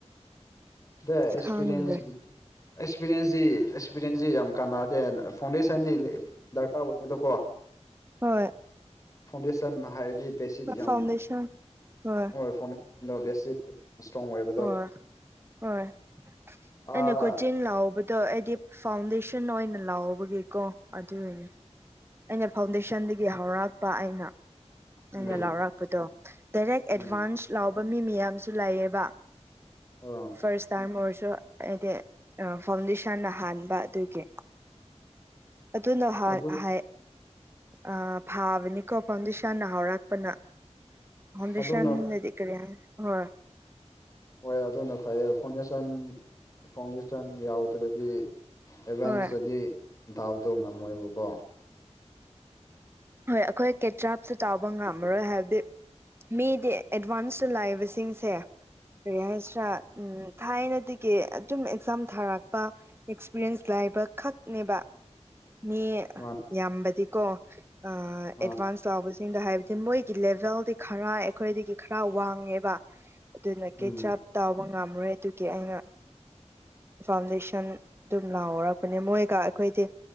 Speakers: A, on the left; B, on the right.
A: ꯗ ꯑꯦꯛꯁꯄꯤꯔꯤꯌꯦꯟꯁ
B: ꯈꯪꯗ꯭ꯔꯦ
A: ꯑꯦꯛꯁꯄꯤꯔꯤꯌꯦꯟꯁꯖꯤ ꯑꯦꯛꯁꯄꯤꯔꯌꯦꯟꯁꯖꯤ ꯌꯥꯝ ꯀꯥꯟꯅꯗꯦ ꯐꯥꯎꯟꯗꯦꯁꯟꯗꯤ ꯗꯔꯀꯥꯔ ꯑꯣꯏꯗꯦꯗꯀꯣ
B: ꯍꯣꯏ
A: ꯐꯥꯎꯟꯗꯦꯁꯟ ꯍꯥꯏꯔꯗꯤ ꯕꯦꯠꯁꯤꯠ ꯌꯥꯝ
B: ꯐꯥꯎꯟꯗꯦꯁꯟ ꯍꯣꯏ
A: ꯑꯣꯏ ꯐꯥꯎꯟꯗꯦꯁꯟꯗꯣ ꯕꯦꯠꯁꯤꯠ ꯏꯁꯇ꯭ꯔꯣꯡ ꯑꯣꯏꯕ
B: ꯑꯣ ꯍꯣꯏ
A: ꯑꯥ
B: ꯑꯩꯅ ꯀꯣꯆꯤꯟ ꯂꯥꯎꯕ ꯗꯣ ꯑꯩꯗꯤ ꯐꯥꯎꯟꯗꯦꯁꯟ ꯑꯣꯏꯅ ꯂꯥꯎꯕꯒꯤꯀꯣ ꯑꯗꯨꯒꯤꯅꯤ ꯑꯩꯅ ꯐꯥꯎꯟꯗꯦꯁꯟꯗꯒꯤ ꯍꯧꯔꯛꯄ ꯑꯩꯅ
A: ꯎꯝ
B: ꯅꯪꯅ ꯂꯥꯎꯔꯛ ꯄꯗꯣ ꯗꯥꯏꯔꯦꯛ
A: ꯎꯝ
B: ꯑꯦꯗꯚꯥꯟꯁ ꯂꯥꯎꯕ ꯃꯤ ꯃꯌꯥꯝꯁꯨ ꯂꯩꯥꯌꯦꯕ
A: ꯑꯥ
B: ꯐꯔꯁ ꯇꯥꯌꯝ ꯑꫭꯏꯔꯁꯨ ꯑꯩꯗꯤ ꯐꯥꯎꯟꯗꯦ ꯏꯁꯥꯅ ꯍꯥꯟꯕ ꯑꯗꯨꯒꯤ ꯑꯗꯨꯅ ꯍꯥꯏ
A: ꯑꯗꯨ
B: ꯍꯥꯏ ꯑ ꯐꯥꯕꯅꯤꯀꯣ ꯐꯥꯎꯟꯗꯦꯁꯟꯅ ꯍꯧꯔꯛꯄꯅ ꯐꯥꯎꯟꯗꯦꯁꯟꯗꯗꯤ
A: ꯑꯗꯨꯅ
B: ꯀꯔꯤ ꯍꯥꯏꯅꯤ ꯍꯣꯏ
A: ꯍꯣꯏ ꯑꯗꯨꯅ ꯐꯩꯌꯦ ꯐꯥꯎꯟꯗꯦꯁꯟ ꯐꯥꯎꯟꯗꯦꯁꯟ ꯌꯥꯎꯗ꯭ꯔꯒꯗꯤ ꯑꯦꯠꯚꯥꯟꯁꯇꯗꯤ
B: ꯍꯣꯏ
A: ꯊꯥꯕꯗꯣ ꯉꯝꯃꯣꯏꯕꯀꯣ
B: ꯍꯣꯏ ꯑꯩꯈꯣꯏ ꯀꯦꯇ꯭ꯔꯥꯞꯁꯨ ꯆꯥꯎꯕ ꯉꯝꯃꯔꯣꯏ ꯍꯥꯏꯕꯗꯤ ꯃꯤꯗꯤ ꯑꯦꯠꯚꯥꯟꯁ ꯇ ꯂꯥꯛꯏꯕꯁꯤꯡꯁꯦ ꯀꯔꯤ ꯍꯥꯏꯁꯤꯔꯥ ꯎꯝ ꯊꯥꯏꯅꯗꯒꯤ ꯑꯗꯨꯝ ꯑꯦꯛꯖꯥꯝ ꯊꯥꯔꯛꯄ ꯑꯦꯛꯁꯄꯤꯔꯤꯌꯦꯟꯁ ꯂꯩꯕ ꯈꯛꯅꯦꯕ ꯃꯤ
A: ꯃꯥꯅꯦ
B: ꯌꯥꯝꯕꯗꯤꯀꯣ ꯑ
A: ꯑꯥ
B: ꯑꯦꯠꯚꯥꯟꯁ ꯆꯥꯎꯕꯁꯤꯡꯗ ꯍꯥꯏꯕꯗꯤ ꯃꯣꯏꯒꯤ ꯂꯦꯚꯦꯜꯗꯩ ꯈꯔ ꯑꯩꯈꯣꯏꯗꯒꯤ ꯈꯔ ꯋꯥꯡꯉꯦꯕ ꯑꯗꯨꯅ ꯀꯦꯇꯔ꯭ꯞ
A: ꯎꯝ
B: ꯇꯧꯕ ꯉꯝꯔꯣꯏ ꯑꯗꯨꯒꯤ ꯑꯩꯅ ꯐꯥꯎꯟꯗꯦꯁꯟ ꯑꯗꯨꯝ ꯂꯥꯎꯔꯛꯄꯅꯦ ꯃꯣꯏꯒ ꯑꯩꯈꯣꯏꯗꯤ